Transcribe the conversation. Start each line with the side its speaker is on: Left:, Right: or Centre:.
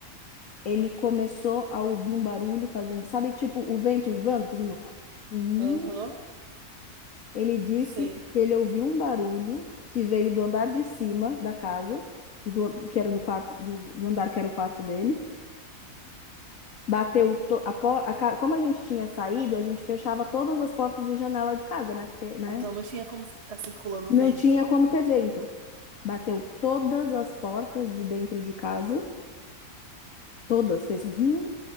Left: ele começou a ouvir um barulho fazendo, sabe, tipo, o vento uivando, fazendo. "Uh".
Right: aham,
Left: Ele disse
Right: sei.
Left: que ele ouviu um barulho que veio do andar de cima da casa, que, do- que era do quarto, do do andar que era o quarto dele. Bateu to- a por- a ca- Como a gente tinha saído, a gente fechava todas as portas e janela de casa, né? Porque, né?
Right: Então não tinha como ficar circulando
Left: Não
Right: o vento.
Left: tinha como ter vento. Bateu todas as portas de dentro de casa, todas, fez. vu,